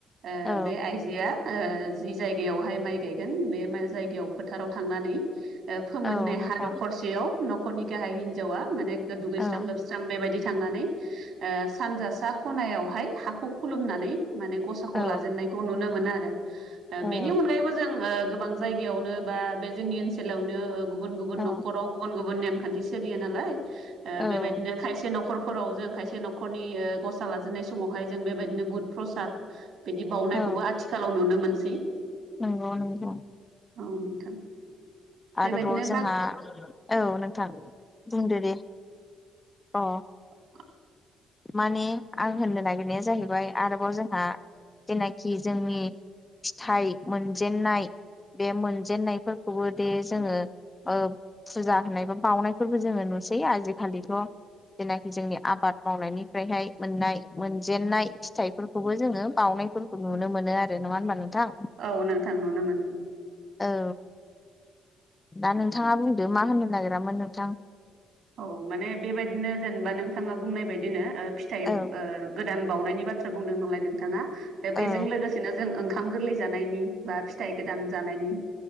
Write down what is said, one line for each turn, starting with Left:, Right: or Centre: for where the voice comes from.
Right: ओ
Left: औ
Right: बे आइजोआ ओ जि जाय बेवहाय माइ गायगोन बे जायगायाव फोथाराव थांनानै फोमोननाय
Left: औ नोंथां
Right: हा दखरसेयाव न'खरनि गाहाय हिन्जावा माने दुगैस्रां
Left: औ
Right: लोबस्रां बेबायदि थांनानै सानजा सा खनायावहाय हाखौ खुलुमनानै माने गसाखौ
Left: औ
Right: लाजेननायखौ नुनो मोनो आरो
Left: औ
Right: बेनि अनगायैबो जों ओ गोबां जायगायावनो बा बे जोंनि ओनसोलावनो गुबुन गुबुन
Left: औ
Right: न'खराव गुबुन गुबुन नेम खान्थि सोलियो नालाय ओ‌
Left: औ
Right: बेबायदिनो खायसे नखर फोराव जों खायसे न'खरनि गसा लाजेननाय समावहाय जों बेबायदिनो बुद प्रसाद बिदि बाउ
Left: औ
Right: खौबो आथिखालाव नुनो मोनसै।
Left: नंगौ नंगौ।
Right: औ नोंथां बेबायदिनो
Left: आरोबाव जोंहा
Right: बा
Left: औ नोंथां बुंदो दे अ
Right: <inaudible>
Left: माने आं होननो नागिरनाया जाहैबाय आरोबाव जोंहा जेनाखि जोंनि फिथाइ मोनजेननाय बे मोनजेनायफोरखौबो दे जोङो ओ फुजा होनाय बा बाउनायफोरबो जोङो नुसै आजिखालिथ' जेनाखि जोंनि आबाद मावनायनिफ्रायहाय मोननाय मोनजेननाय फिथाइफोरखौबो जोङो बाउ नायफोरखौ नुनो मोनो आरो नङा होनबा नोंथां
Right: औ नोंथां नुनो मोनो।
Left: औ दा नोंथाङा बुंदो मा होननो नागिरामोन नोंथां।
Right: औ माने बेबायदिनो जेनबा नोंथाङा बुंनाय बायदिनो ओ फिथाइ
Left: औ
Right: ओ गो दान बावनायनि बाथ्रा बुंदों नालाय नोंथाङा दा बेजों
Left: औ
Right: लोगोसेनो जों ओंखाम गोरलै जानायनि बा फिथाइ गोदान जानायनि